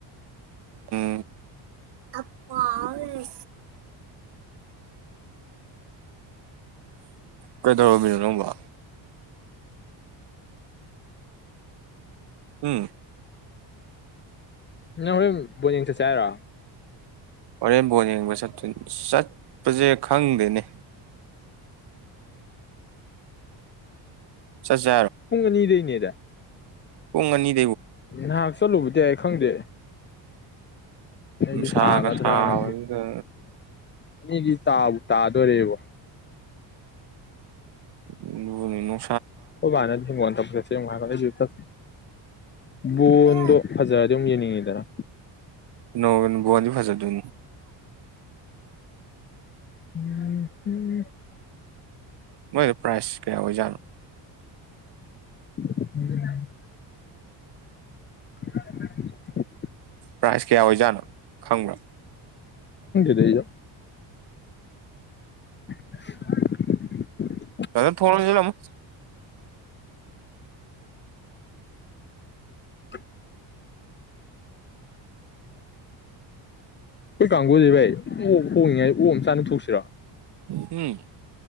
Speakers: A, on the right (about 60°); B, on the left (about 25°).
A: ꯎꯝ ꯑꯄꯥꯥꯎ ꯀꯩꯗꯧꯕꯤꯅꯣꯕ ꯎꯝ
B: ꯅꯪ ꯍꯣꯔꯦꯟ ꯕꯣꯠ ꯌꯦꯡ ꯆꯠꯁꯦ ꯍꯥꯏꯔꯣ
A: ꯍꯣꯔꯦꯝꯕꯣꯟ ꯌꯦꯡꯕ ꯆꯠꯇꯣꯏ ꯆꯠꯄꯁꯦ ꯈꯪꯗꯦꯅꯦ ꯆꯠꯁꯦ
B: ꯄꯨꯡ ꯑꯅꯤꯗꯅꯦ ꯗ
A: ꯎꯉꯅꯤ
B: ꯅꯍꯥꯛ ꯆꯠꯂꯨꯕꯗꯤ ꯑꯩ ꯈꯪꯗꯦ
A: ꯅꯨꯡꯁꯥꯒ
B: ꯁꯨ ꯁꯥꯒꯗ꯭ꯔ
A: ꯁꯥꯕꯗꯨꯗ
B: ꯅ ꯑꯅꯤꯗꯤ ꯇꯥ ꯇꯥꯗꯣꯔꯦꯕ
A: ꯎꯣꯅꯤꯅ
B: ꯈꯨ ꯑꯅꯟꯅꯤ ꯃꯣꯣꯟ ꯄꯨ ꯃꯍꯔꯗ ꯌꯛꯇ ꯕꯣꯟꯗꯣ
A: ꯀꯩꯅꯣ
B: ꯐꯖ ꯑꯗꯨꯝ ꯌꯦꯡꯅꯤꯡꯉꯤ ꯇꯔ
A: ꯅꯣꯡ ꯨꯋꯥ ꯐꯖꯠ ꯌꯥ
B: ꯎꯝ ꯎꯝ
A: ꯃꯣꯏꯗ ꯄ꯭ꯔꯥꯏꯖ ꯀꯌꯥ ꯑꯣꯏꯖꯥꯠꯅꯣ
B: <inaudible> <inaudible>
A: ꯄ꯭ꯔꯥꯏꯖ ꯀꯌꯥ ꯑꯣꯏꯖꯥꯠꯅꯣ ꯈꯪꯕ
B: ꯂꯩ <inaudible>
A: ꯑꯣ ꯊ ꯂꯝ ꯑꯃ
B: <inaudible> ꯑꯩꯈꯣꯏ ꯀꯥꯡꯕꯨꯨꯁ ꯚꯥꯏ ꯑꯣꯛ ꯍꯣꯡꯉꯉꯥꯏ ꯑꯣꯛ ꯑꯃ ꯆꯥꯅ ꯊꯣꯛꯣꯛꯁꯤꯔꯥ
A: ꯎꯝ